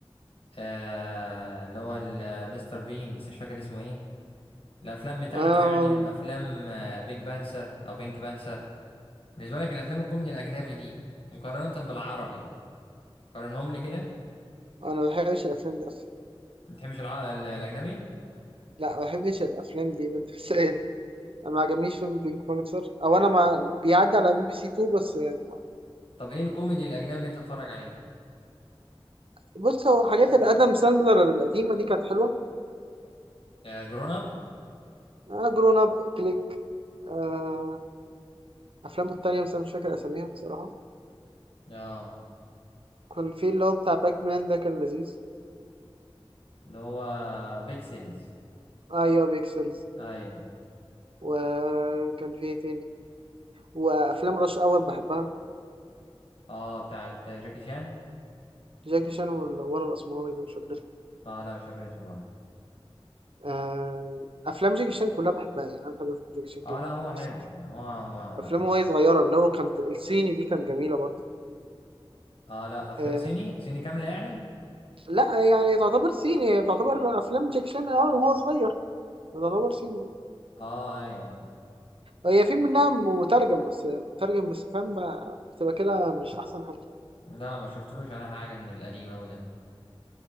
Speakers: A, on the left; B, on the right.
A: آه اللي هو ال- مستر بين بس مش فاكر اسمه ايه الافلام بتاعته
B: آم،
A: يعني وافلام آه، بيج بانسر او بينك بانسر بالنسبة لك الافلام الكوميدي الاجنبي دي مقارنة بالعربي قارنهم لي كده
B: انا ما بحبش الافلام دي اصلا
A: ما بتحبش الع... ال- الاجنبي
B: لا ما بحبش الافلام دي اللي انت <laughs> سائل انا ما عجبنيش فيلم بينك بانثر او انا ما بيعدي على ام بي سي 2 بس يعني ما.
A: طب ايه الكوميدي الاجنبي اللي انت بتتفرج عليه
B: بص هو حاجات الادم ساندلر القديمه دي كانت حلوه
A: آه جرون اب
B: آه جرون اب كليك آه افلامه التانية بس انا مش فاكر اساميها بصراحه
A: اه
B: كان في اللي هو بتاع باك مان ده كان لذيذ
A: اللي هو بيكسلز
B: ايوه بيكسلز
A: ايوه
B: وكان في إيه تاني وافلام رش اور بحبها
A: اه بتاعت جاكي شان
B: جاكي شان وال- ولا الاسمراني ده مش فاكر
A: اه لا مش فاكر اسمه برضه
B: آه، افلام جاكي شان كلها بحبها يعني انا بحب افلام جاكي شان
A: اه
B: جدا
A: لا هو حلو
B: بس مش
A: يعني هو ما...
B: افلامه وهي صغيره اللي هو كانت الصيني دي كانت جميله برضه
A: اه لا افلام
B: آه،
A: صيني صيني كامله يعني
B: لا يعني تعتبر صيني هي تعتبر افلام جاكي شان اه وهو صغير تعتبر صيني
A: اه ايوه ايوه
B: هي في منها مترجم بس مترجم بس فاهم بقى- بتبقى كده مش احسن حاجه
A: لا ما شفتلوش انا حاجه من القديم اوي ده